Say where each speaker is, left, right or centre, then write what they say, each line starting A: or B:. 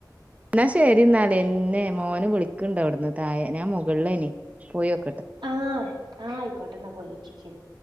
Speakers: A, on the right; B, on the right.
A: എന്നാ ശരി ന്നാല എന്ന്നെ മോന് വിളിക്കണ്ട അവിടുന്ന് തായേ ഞാൻ മുകളിലേനി പോയോ
B: ആഹ് ആഹ് ആയിക്കോട്ടെ എന്നാ പോയോ ക്കാ ശരി